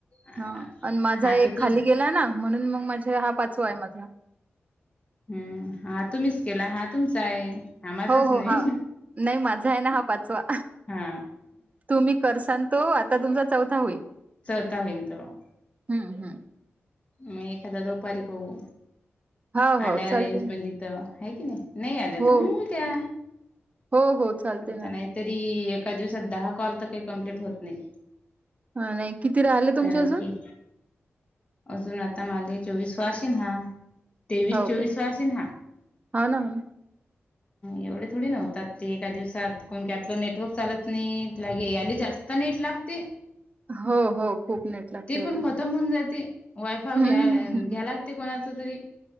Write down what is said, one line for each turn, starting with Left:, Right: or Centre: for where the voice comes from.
Left: आ-
Right: हा आणि माझा
Left: हा
Right: एक
Left: तर तूच
Right: खाली गेला ना म्हणून मग माझे हा पाचवा आहे माझा.
Left: हम्म हा तुम्हीच केला हा तुमचा आहे. हा माझाच
Right: हो हो
Left: नाही
Right: हा नाही माझा आहे ना हा पाचवा
Left: हा
Right: तुम्ही कर सांनतो आता तुमचा चौथा होईल.
Left: चता होईन तेव्हा.
Right: हम्म हम्म
Left: मग एखादा दुपारी पाहू
Right: हा हो
Left: आल्या
Right: चालते
Left: रेंजमध्ये
Right: ना
Left: इथं आहे की नाही? नाही आलेत
Right: हो
Left: तर, उद्या
Right: हो हो चालते
Left: आता
Right: ना
Left: नाही. तरी एका दिवसात दहा कॉल तर, काही कंप्लीट होत नाही.
Right: हां.. नाही किती राहिले,
Left: कारण
Right: तुमचे अजून.
Left: की अजून आता मला चोवीस वासिन हा. तेवीस
Right: हो
Left: चोवीस
Right: काय
Left: वाषेन हा.
Right: हो ना हो ना
Left: एवढे थोडी नव्हतात ते एका दिवसात, कोण काय आपलं नेटवर्क चालत नाही, लागे आली जास्त. ती नीट लागती ती,
Right: हो हो खूप नेट लागते
Left: ती
Right: याला
Left: पण खतम होऊन जाती. वायफाव
Right: हम्म
Left: घ्या घ्याव लागते, कोणाच तरी